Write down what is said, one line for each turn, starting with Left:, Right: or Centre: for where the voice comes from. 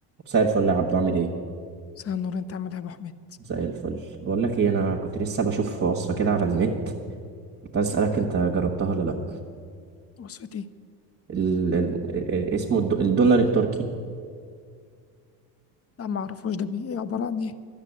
Right: مساء الفل يا عبدو عامل ايه
Left: مساء النور انت عامل ايه يا ابو حميد
Right: مساء الفل بقول لك ايه انا كنت لسه بشوف وصفه كده على النت كنت عايز اسالك انت جربتها ولا لا
Left: وصفتي
Right: ال... ال... اسمه الد... الدونر التركي
Left: لا ما اعرفوش ده بي ايه عباره عن ايه